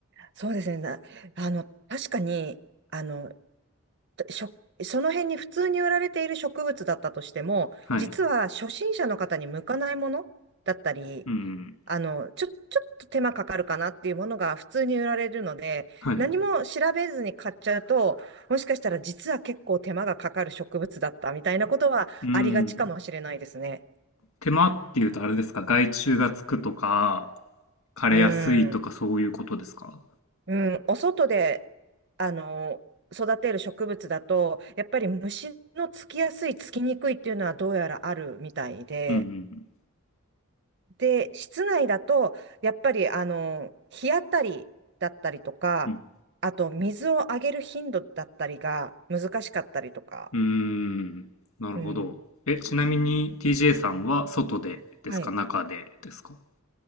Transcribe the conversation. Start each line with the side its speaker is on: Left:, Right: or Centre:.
Right: そうですね。な、あの、確かに、あの、しょ、その辺に普通に売られている植物だったとしても、
Left: はい
Right: 実は初心者の方に向かないものだったり、
Left: うん
Right: あの、ちょ、ちょっと手間かかるかなっていうものが普通に売られるので、
Left: はい
Right: 何も調べずに買っちゃうと、もしかしたら実は結構手間がかかる植物だったみたいなことはありがちかもしれないですね。
Left: うん手間っていうとあれですか外注がつくとか枯れやすいとかそういうことですか
Right: うん。うん、お外で、あの、育てる植物だと、やっぱり虫のつきやすい、つきにくいっていうのはどうやらあるみたいで、
Left: うん
Right: で、室内だと、やっぱり、あの、日当たりだったりとか、
Left: うんうん
Right: あと、水をあげる頻度だったりが難しかったりとか、
Left: うんうーんなるほどえちなみに
Right: うん、
Left: TJ さんは外でですか中でですか
Right: はい。